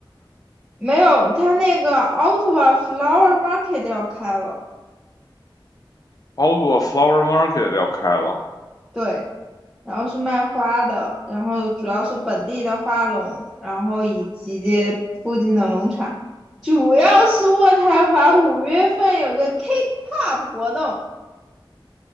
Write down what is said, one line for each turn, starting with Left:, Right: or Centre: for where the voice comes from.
Centre: 没有，他那个 Ottawa Flower Market 要开了，
Left: o 包括 Flower Market 要开了
Centre: 对，然后是卖花的，然后主要是本地的花农，然后以及附近的农场，主要是渥太华五月份有个 K-pop 活动，